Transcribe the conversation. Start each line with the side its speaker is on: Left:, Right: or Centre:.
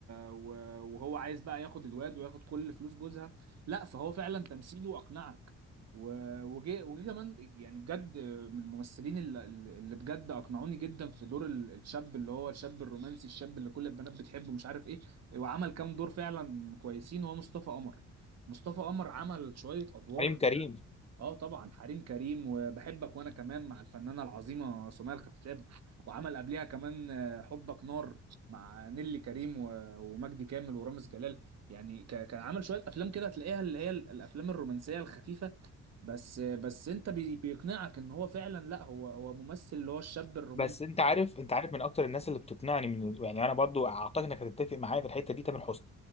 Right: و... وهو عايز بقى ياخد الواد وياخد كل فلوس جوزها لا فهو فعلا تمثيله اقنعك و... وجه وجه كمان يعني بجد من الممثلين اللي, اللي بجد اقنعوني جدا في دور ال- الشاب اللي هو الشاب الرومانسي الشاب اللي كل البنات بتحبه مش عارف ايه وعمل كام دور فعلا كويسين هو مصطفى قمر مصطفى قمر عمل شوية ادوار
Left: حليم كريم
Right: اه طبعا حريم كريم وبحبك وانا كمان مع الفنانه العظيمه سمية الخشاب وعمل قبليها كمان آه، حبك نار مع نيلي كريم و- ومجدي كامل ورامز جلال يعني ك- كان عمل شويه افلام كده تلاقيها اللي هي ال- الافلام الرومانسيه الخفيفه بس آه، بس انت بي- بيقنعك ان هو فعلا لا هو هو ممثل اللي هو الشاب الرومانسي
Left: بس انت عارف انت عارف من اكتر الناس اللي بتقنعني من يعني انا برضو اعتقد انك هتتفق معايا في الحته دي تامر حسني